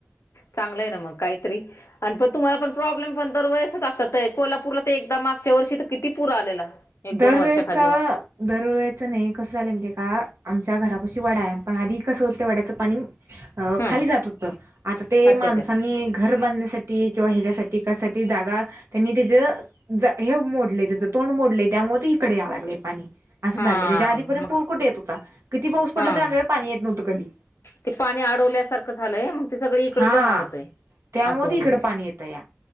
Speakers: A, on the left; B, on the right.
A: चांगलं आहे ना मगं काहीतरी आणि पण तुम्हाला पण प्रॉब्लेम पण दर वेळेसच असत कोल्हापूरला तर एकदा मागच्या वर्षी तर किती पूर आलेला एक
B: दरवेळेचा
A: दोन वर्षाखाली
B: दरवेळेच नाही कसं झालं माहिती आहे का आमच्या घरा- अशी वडा आहे पण आधी कसं होतं वड्याचं पाणी अ
A: हम्म
B: खाली जात होत आता ते
A: अच्छा
B: माणसांनी
A: अच्छा
B: घर बांधण्यासाठी किंवा ह्याच्यासाठी कसाठी जागा त्यांनी त्याच हे मोडले त्याज त्यामुळे ते इकडे याय लागलय पाणी असं झालेे
A: हा
B: आधीपर्यंत
A: मग
B: पूर कुठ येत होता किती पाऊस पडला
A: हा
B: तरी आपल्याला पाणी येत नव्हतं कधी
A: ते पाणी अडवल्यासारखं झालंय म्ह ते सगळी इकड
B: हा
A: जमा होतय
B: त्यामुळे
A: अस हून
B: ते इकडं
A: गेलय-
B: पाणी येतं या